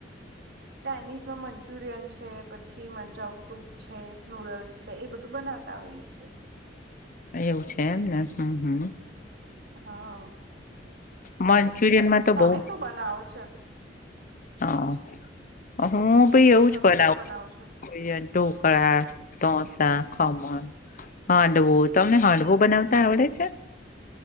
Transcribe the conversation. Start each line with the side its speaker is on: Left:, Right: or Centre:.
Right: ચાઇનીઝમાં મંચુરિયન છે પછી મંજાવ સૂપ છે, નૂડલ્સ છે એ બધું બનાવતા હોઈએ છે.
Left: એવું છે એમને, હમ્મ, હમ્મ.
Right: હા.
Left: મંચુરિયન માં તો
Right: તમે
Left: બહું
Right: શું બનાવો છો
Left: હ, હું ભી એવું
Right: તમે
Left: જ બનાવું.
Right: શું બનાવો છો
Left: કોઈ વાર ધોકળા, ઢોસા, ખમણ. હાંડવો, તમને હાંડવો બનાવતા આવડે છે?